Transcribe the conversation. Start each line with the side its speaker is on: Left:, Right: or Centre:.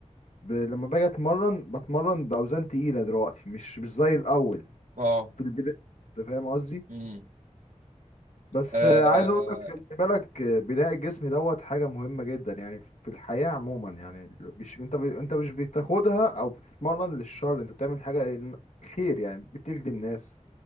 Left: ب... لما باجي اتمرن بتمرن باوزان تقيله دلوقتي مش مش زي الاول
Right: اه
Left: في البدايه انت فاهم قصدي
Right: امم
Left: بس
Right: آه،
Left: آه، عايز اقول لك خلي بالك آه، بناء الجسم دوت حاجه مهمه جدا يعني في في الحياه عموما يعني مش انت ب... انت مش بتاخدها او بتتمرن للشر انت بتعمل حاجه إن- خير يعني بتخدم ناس